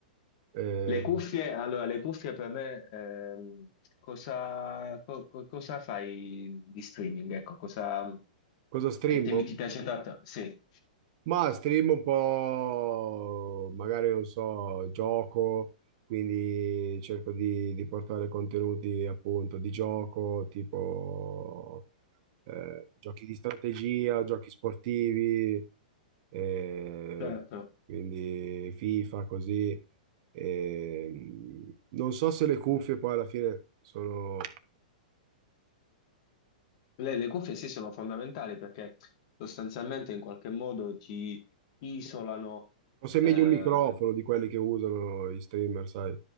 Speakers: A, on the right; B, on the left.
A: Eh,
B: Le cuffie, allora, le cuffie per me, ehm, cosa, co- co- cosa fai di streaming? Ecco, cosa,
A: cosa streamo?
B: che temi ti Di piace streaming? tanto? Sì,
A: Ma stream un po', magari non so, gioco, quindi cerco di, di portare contenuti appunto di gioco, tipo eh, giochi di strategia, giochi sportivi, eh,
B: Certo.
A: quindi FIFA così. Ehm, non so se le cuffie poi alla fine sono...
B: Le, le cuffie sì sono fondamentali perché sostanzialmente in qualche modo ti isolano.
A: Forse è
B: eh,
A: meglio un microfono di quelli che usano i streamer, sai?